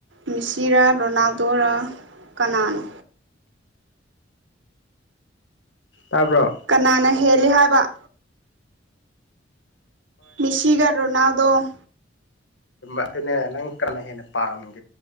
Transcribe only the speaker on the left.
ꯇꯥꯕ꯭ꯔꯣ
ꯑꯗꯨꯅꯦ ꯅꯪ ꯀꯅꯥ ꯍꯦꯟꯅ ꯄꯥꯝꯒꯦ